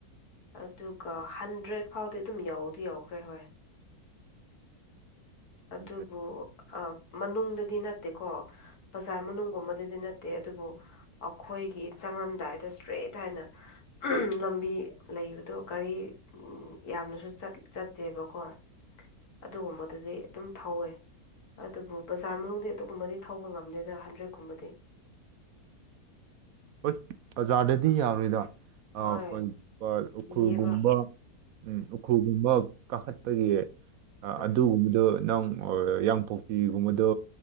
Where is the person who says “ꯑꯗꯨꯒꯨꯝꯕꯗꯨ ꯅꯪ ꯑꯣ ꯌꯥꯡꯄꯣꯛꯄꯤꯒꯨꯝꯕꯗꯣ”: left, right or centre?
Right